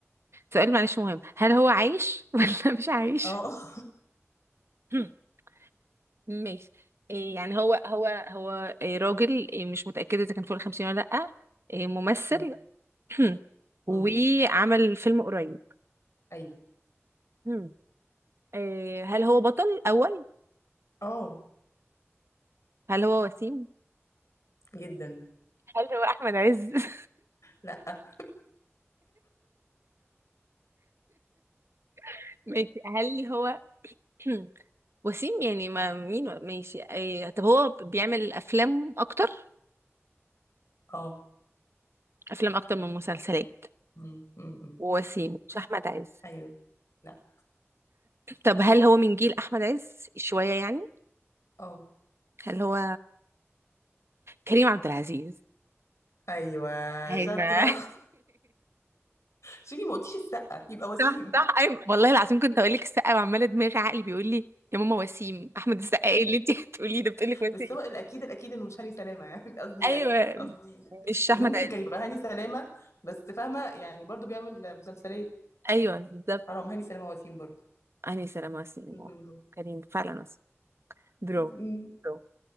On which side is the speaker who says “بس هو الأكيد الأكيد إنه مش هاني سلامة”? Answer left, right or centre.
Left